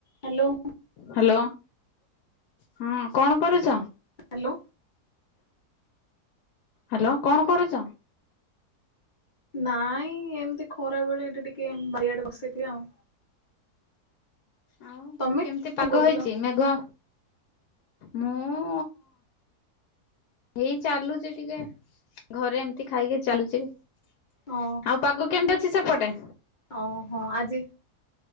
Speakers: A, on the left; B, on the left.
A: ହାଲୋ।
B: ହାଲୋ। ହଁ କଣ କରୁଚ?
A: ହ୍ୟାଲୋ
B: ହାଲୋ କଣ କରୁଚ?
A: ନାଇଁ ଏମିତି ଖରା ବେଳେ ଏଠି ଟିକେ ଏମ୍ ବାରିଆଡେ ବସିଦିଏ ଆଉ
B: ଆଉ
A: ତମେ
B: କେମିତି
A: କଣ
B: ପାଗ
A: କରୁଛ?
B: ହେଇଚି ମେଘୁଆ? ମୁଁ ହେଇ ଚାଲୁଚି ଟିକେ ଘରେ ଏମତି ଖାଇକି ଚାଲୁଚି। ଆଉ
A: ହଁ
B: ପାଗ କେମିତି? ଛି ସେପଟେ?
A: ଓହୋ ଆଜି